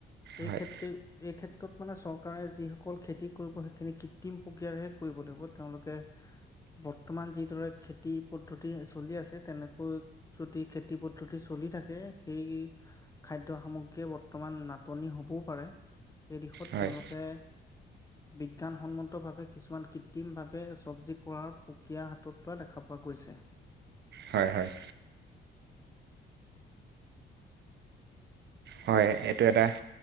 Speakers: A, on the left; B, on the right.
A: এই
B: হয়
A: কেত্ৰ এই ক্ষেত্ৰত মানে চৰকাৰ কাৰে যিসকল খেতি কৰিব সেইখিনি কৃত্ৰিম প্ৰক্ৰিয়াৰেহে কৰিব লাগিব তেওঁলোকে বৰ্তমান যিদৰে খেতি পদ্ধতি চলি আছে তেনেকৈ যদি খেতি পদ্ধতি চল থাকে সেই খাদ্য সামগ্ৰীয়ে বৰ্তমান নাটনি হবও পাৰে। সেই দিশত
B: হয়
A: তেওঁলোকে বিজ্ঞানসন্মত ভাৱে কিছুমান কৃত্ৰিম ভাৱে চব্জি কৰাৰ প্ৰক্ৰিয়া হাতত লোৱা দেখা পা। পোৱা গৈছে।
B: হয় হয় হয় এইটো এটা